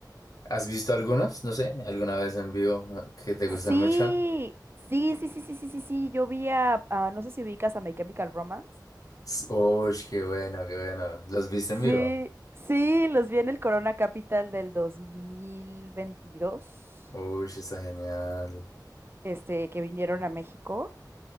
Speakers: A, on the left; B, on the right.
A: ¿Has visto algunos? No sé, alguna vez en vivo ah, que te gustan
B: Sí,
A: mucho.
B: sí, sí, sí, sí, sí, sí, sí, yo vi a, a- no sé si ubicas a My Chemical Romance.
A: S- Uy, qué bueno, qué bueno. ¿Los viste
B: Sí,
A: en vivo?
B: sí, los vi en el Corona Capital del 2022,
A: Uy, está genial.
B: este, que vinieron a México.